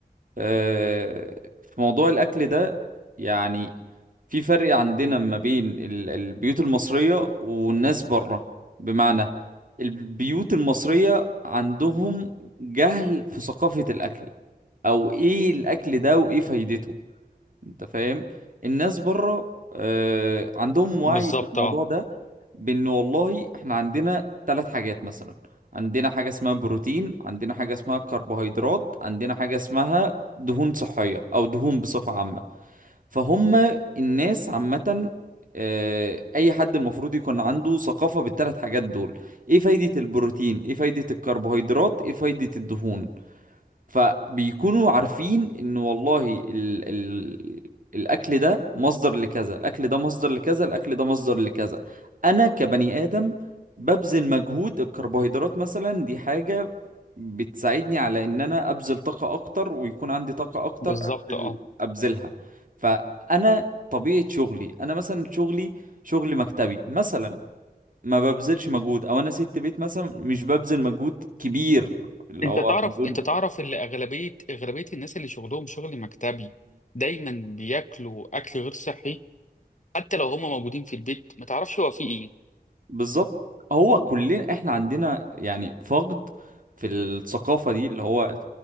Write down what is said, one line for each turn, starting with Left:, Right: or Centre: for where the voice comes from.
Right: آه، في موضوع الاكل ده يعني في فرق عندنا ما بين ال- البيوت المصرية والناس بره بمعنى البيوت المصرية عندهم جهل في ثقافة الاكل او ايه الاكل ده وايه فايدته انت فاهم الناس بره آه، عندهم وعي
Left: بالظبط
Right: في الموضوع
Left: اه
Right: ده بان والله احنا عندنا ثلاث حاجات مثلا عندنا حاجة اسمها بروتين عندنا حاجة اسمها كربوهيدرات عندنا حاجة اسمها دهون صحية او دهون بصفة عامة فهم الناس عامة آه، اي حد المفروض يكون عنده ثقافة بالثلاث حاجات دول ايه فايدة البروتين ايه فايدة الكربوهيدرات ايه فايدة الدهون فبيكونوا عارفين ان والله ال ال الاكل ده مصدر لكذا الاكل ده مصدر لكذا الاكل ده مصدر لكذا انا كبني ادم ببذل مجهود الكربوهيدرات مثلا دي حاجة بتساعدني على ان انا ابذل طاقة اكتر ويكون عندي طاقة اكتر
Left: بالظبط
Right: ابذل
Left: اه
Right: ابذلها فانا طبيعة شغلي انا مثلا شغلي شغل مكتبي مثلا ما ببذلش مجهود او انا ست بيت مثلا مش ببذل مجهود كبير اللي
Left: انت
Right: هو
Left: تعرف
Right: مجهود
Left: انت تعرف ان اغلبيه اغلبيه الناس اللي شغلهم شغل مكتبي دايما بياكلوا اكل غير صحي حتى لو هم موجودين في البيت ما تعرفش هو فيه ايه
Right: بالظبط هو كلنا احنا عندنا يعني فقد في الثقافة دي اللي هو